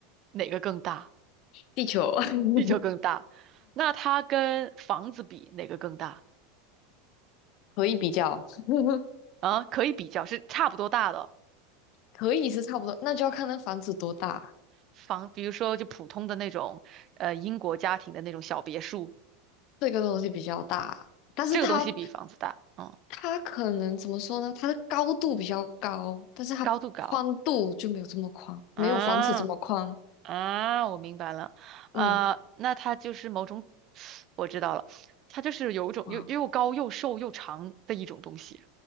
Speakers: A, on the right; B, on the left.
A: 哪个更大？
B: 地球。<laughs>
A: 地球更大。那它跟房子比，哪个更大？
B: 可以比较，<laughs>
A: 啊，可以比较，是差不多大的
B: 可以是差不多，那就要看那房子多大，
A: 房，比如说就普通的那种，呃，英国家庭的那种小别墅，
B: 这个东西比较大，但是它
A: 这个东西比房子大，嗯，
B: 它可能怎么说呢？它的高度比较高，但是它宽度就没有这么宽，
A: 高度高。啊
B: 没有房子这么宽。
A: 啊，我明白了。啊，
B: 嗯，
A: 那它就是某种，<sniffs> <sucks teeth> 我知道了，它就是有一种又又高又瘦又长的一种东西。
B: 哇，